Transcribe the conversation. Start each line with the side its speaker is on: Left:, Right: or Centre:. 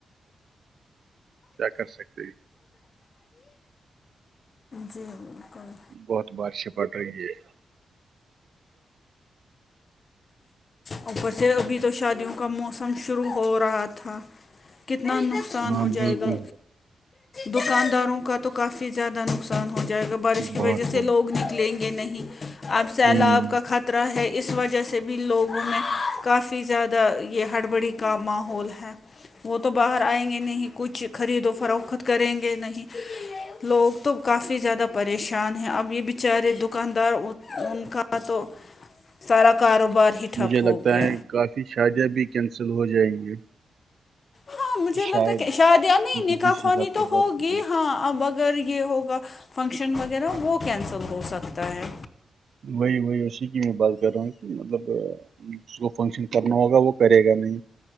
Right: کیا کر سکتے ہیں
Left: جی بلکل
Right: بہت بارش پڑ رہی ہے
Left: اوپر سے ابھی تو شادیوں کا موسم شروع ہو رہا تھا کتنا نقصان
Right: ہاں
Left: ہو جائے
Right: بالکل
Left: گا دکانداروں کا تو کافی زیادہ نقصان ہو جائے گا بارش کی
Right: بہت
Left: وجہ سے
Right: بہت
Left: لوگ نکلیں گے نہیں اب سیلاب
Right: ہوں
Left: کا خط رہا ہے اس وجہ جیسے بھی لوگوں میں کافی زیادہ یہ ہڑبڑی کا ماحول ہے وہ تو باہر آئیں گے نہیں کچھ خرید و فروخت کریں گے نہیں لوگ تو کافی زیادہ پریشان ہیں اب یہ بھی چارے دکاندار ان کا تو سارا کاروبار ہی ٹھپ
Right: مجھے
Left: ہو
Right: لگتا
Left: گیا
Right: ہے کافی شادیاں بھی کینسل ہو جائیں گی
Left: ہاں مجھے لگتا
Right: شاید
Left: ہے کہ شادیاں
Right: کیونکہ
Left: نہیں نکا
Right: جس
Left: خوانی
Right: حساب
Left: تو
Right: سے بارش
Left: ہوگی
Right: ہوتی ہے
Left: ہاں اب اگر یہ ہوگا فنکشن وغیرہ وہ کینسل ہو سکتا ہے
Right: وہی وہی اسی کی میں بات کر رہا ہوں کہ مطلب اس کو فنکشن کرنا ہوگا وہ کرے گا نہیں